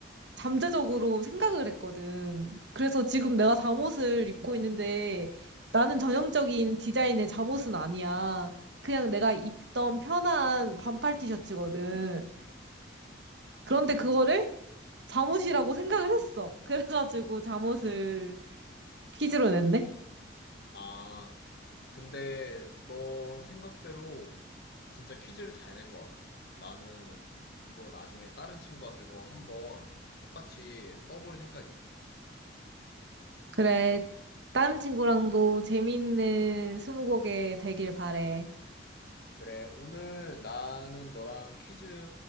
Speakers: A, on the right; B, on the left.
A: 잠재적으로 생각을 했거든. 그래서 지금 내가 잠옷을 입고 있는데 나는 전형적인 디자인의 잠옷은 아니야. 그냥 내가 입던 편한 반팔 티셔츠거든. 그런데 그거를 잠옷이라고 생각을 했어. 그래가지고 잠옷을 퀴즈로 냈네.
B: 아, 근데 너 생각대로 진짜 퀴즈를 잘 낸 것 같아. 나는 이거 나중에 다른 친구한테도 한번 똑같이 써볼 생각이야.
A: 그래. 다른 친구랑도 재미있는 스무고개 되길 바래.
B: 그래, 오늘 나는 너랑 퀴즈